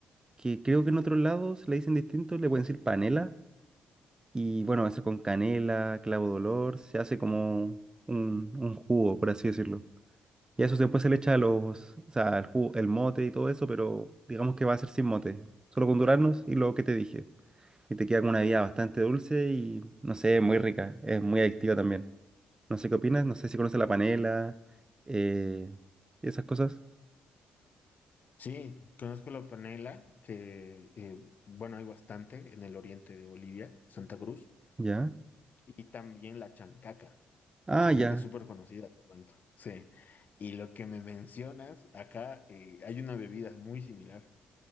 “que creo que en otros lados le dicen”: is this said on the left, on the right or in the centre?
Right